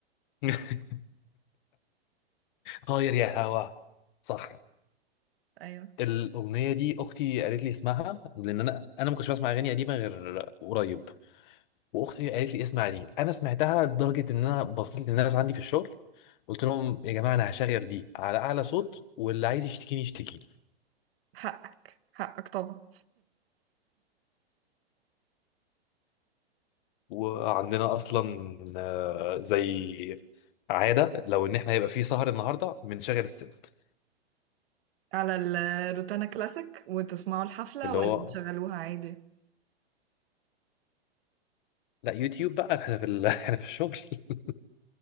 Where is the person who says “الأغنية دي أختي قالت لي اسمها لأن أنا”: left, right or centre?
Left